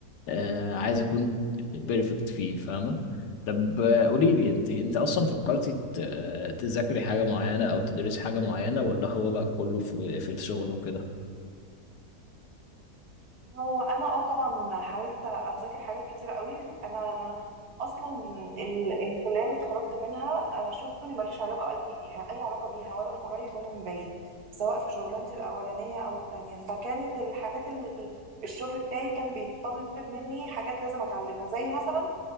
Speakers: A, on the left; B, on the right.
A: آه عايز اكون بيرفكت فيه فاهمة طب آه، قولي لي انت انت اصلا فكرتي ت- آه، تذاكري حاجة معينة او تدرسي حاجة معينة ولا هو بقى كله في في الشغل وكده
B: هو انا اه طبعا حاولت اذاكر حاجات كتيرة قوي انا اصلا ال الكليه اللي اتخرجت منها آه، شغلي ماليش علاقه اي اي علاقه بيها ولا من قريب ولا من بعيد سواء في شغلانتي الاولانيه او التانية فكانت الحاجات ال- الشغل بتاعي كان بيتطلب مني حاجات لازم اتعلمها زي مثلا